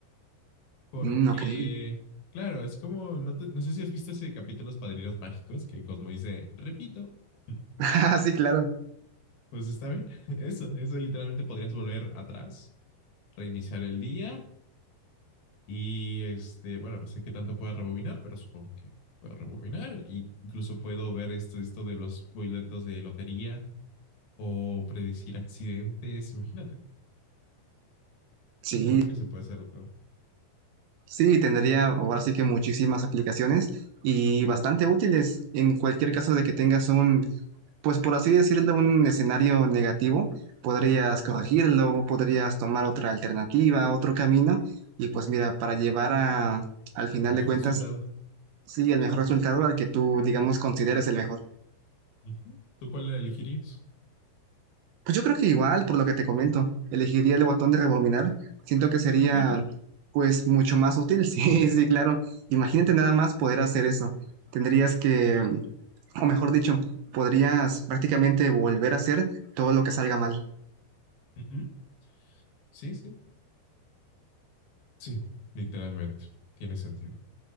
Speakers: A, on the left; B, on the right.
A: Porque,
B: Mm, ok. <laughs>
A: claro, es como, no, te- no sé si has visto ese capítulo Los Padrinos Mágicos, que Cosmo dice, repito, <laughs>
B: Ah, Sí, claro.
A: pues está bien, <laughs> eso, eso literalmente podrías volver atrás, reiniciar el día y, este, bueno, no sé qué tanto pueda rebobinar, pero supongo que puedo rebobinar. y incluso puedo ver esto, esto de los boletos de lotería o predecir accidentes, imagínate,
B: Sí,
A: yo creo que se puede hacer de todo.
B: sí, tendría ahora sí que muchísimas aplicaciones y bastante útiles en cualquier caso de que tengas un pues por así decirlo, un escenario negativo, podrías corregirlo, podrías tomar otra alternativa, otro camino, y pues mira, para llevar a, al final
A: al mejor
B: de cuentas,
A: resultado.
B: sí, el mejor resultado al que tú, digamos, consideres el mejor.
A: Ujú. ¿Tú cuál la elegirías?
B: Pues yo creo que igual, por lo que te comento, elegiría el botón de rebobinar, siento que sería
A: Repito.
B: pues mucho más útil, <laughs> sí, sí, claro. Imagínate nada más poder hacer eso. Tendrías que, o mejor dicho, podrías prácticamente volver a hacer todo lo que salga mal.
A: Ujú. Sí, sí. Sí, literalmente. Tiene sentido.